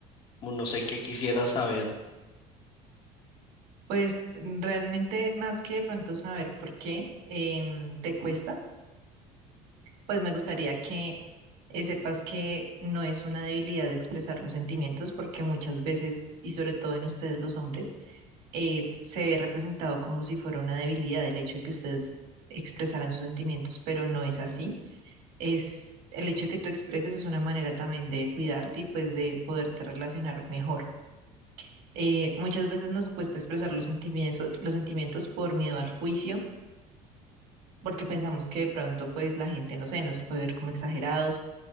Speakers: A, on the left; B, on the right.
A: Como No sé qué quisiera saber.
B: Pues mm, realmente más que de pronto saber por qué em, te cuesta, pues me gustaría que eh, sepas que no es una debilidad expresar los sentimientos, porque muchas veces, y sobre todo en ustedes los hombres, eh, se ve representado como si fuera una debilidad el hecho de que ustedes expresaran sus sentimientos, pero no es así. es el hecho de que tú expreses es una manera también de cuidarte y pues de poderte relacionar mejor. Eh, muchas veces nos cuesta expresar los sentimientos, los sentimientos por miedo al juicio, porque pensamos que de pronto pues la gente, no sé, nos puede ver como exagerados